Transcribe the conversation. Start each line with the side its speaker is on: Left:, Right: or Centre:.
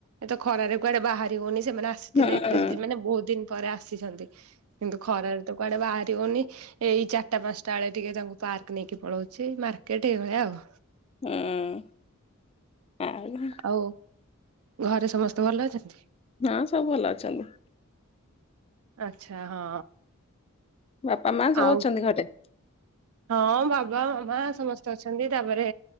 Right: ଏ ତ ଖରାରେ କୁଆଡେ ବାହାରି ହଉନି ସେମାନେ ଆସିଥିଲେ
Left: ହୁଁ
Right: ଏତେ
Left: ହୁଁ।
Right: ଦି ମାନେ ବହୁତ୍ ଦିନ ପରେ ଆସିଛନ୍ତି କିନ୍ତୁ ଖରାରେ ତ କୁଆଡେ ବାହାରିହଉନି ଏଇ ଚାର୍ ଟା ପାଞ୍ଚ୍ ଟା ବେଳେ ଟିକେ ତାଙ୍କୁ ପାର୍କ ନେଇକି ପଳଉଛି ମାର୍କେଟ ଏଇଭଳିଆ ଆଉ।
Left: ହୁଁ ଆଉ
Right: ଓ ଘରେ ସମସ୍ତେ ଭଲ ଅଛନ୍ତି?
Left: ହଁ ସବୁ ଭଲ ଅଛନ୍ତି।
Right: ଆଚ୍ଛା ହଁ।
Left: ବାପା ମା ସବୁ
Right: ଆଉ
Left: ଅଛନ୍ତି ଘରେ?
Right: ହଁ ବାବା ମାମା ସମସ୍ତେ ଅଛନ୍ତି ତାପରେ